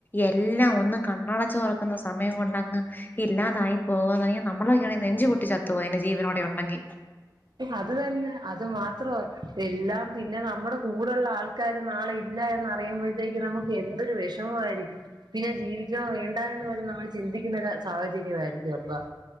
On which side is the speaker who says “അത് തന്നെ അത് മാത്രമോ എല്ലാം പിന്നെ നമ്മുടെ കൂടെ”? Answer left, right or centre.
Right